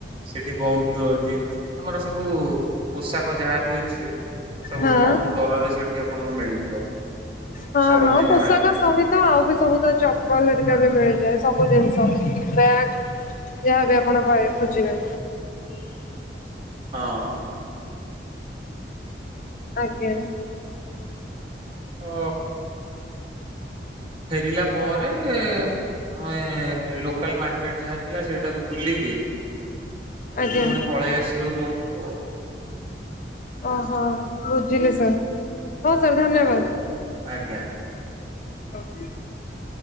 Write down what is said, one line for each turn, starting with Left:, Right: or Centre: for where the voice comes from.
Right: ସେଠି ବିହୁତ ଜିନିଷ ଆମର ସବୁ ପୋଷାକ ଯାହାବି ଅଛି ସିଏ ସବୁ
Left: ହଁ
Right: କମ ଦରରେ ସେଠି ଆପଣଙ୍କୁ ମିଳିଯିବ।
Left: ହଁ
Right: ସରୋଜିନୀ
Left: ହଁ ପୋଷାକ
Right: ମାର୍କେଟରେ
Left: ସବୁ ତ ଆଉ ବି ସବୁ ତ ଚପଲ ହରିକା ବି ମିଳିଯାଏ ସବୁ ଜିନିଷ ବ୍ୟାଗ ଯାହାବି ଆପଣ ବହି ଖୋଜିବେ
Right: ହଁ
Left: ଆଜ୍ଞା
Right: ହ ଫେରିଲା ପରେ ଆମେ ଲୋକାଲ ମାର୍କେ ସେଇଠି ଯାହା ଥିଲା ସେଇଟାକୁ ବୁଲିକି
Left: ଆଜ୍ଞା
Right: ପୁଣି ପଳେଇ ଆସିଲୁ ରୁମକୁ
Left: ଓହୋ ବୁଝିଲି ସାର୍। ହଁ ସାର୍ ଧନ୍ୟବାଦ।
Right: ଆଜ୍ଞା।
Left: <unintelligible>